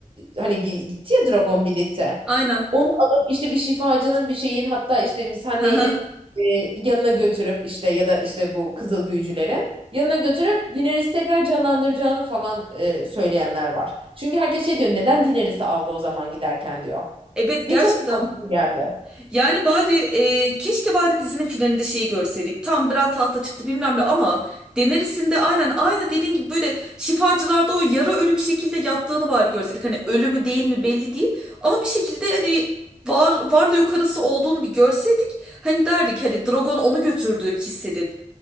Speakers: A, on the right; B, in the centre.
A: hani gi- gitti ya Dragon birlikte.
B: Aynen.
A: Onu alıp işte bir şifacının bir şeyin hatta işte misandeyinin
B: <laughs>
A: e, yanına götürüp işte ya da işte bu kızıl büyücülerin yanına götürüp Daenerys'i tekrar canlandıracağını falan e, söyleyenler var. Çünkü herkes şey diyor neden Daenerys'i aldı o zaman giderken diyor.
B: Evet
A: Ve
B: gerçekten.
A: çok mantıklı geldi.
B: Yani bari e, keşke bari dizinin finalinde şeyi görseydik. Tam Bran tahta çıktı bilmem ne ama Daenerys'in de aynen aynı dediğin gibi böyle şifacılarda o yarı ölü bir şekilde yattığını bari görseydik. Hani ölü mü değil mi belli değil ama bir şekilde hani var varlığı yok arası olduğunu bir görseydik. Hani derdik hani Drogon onu götürdü hissedip.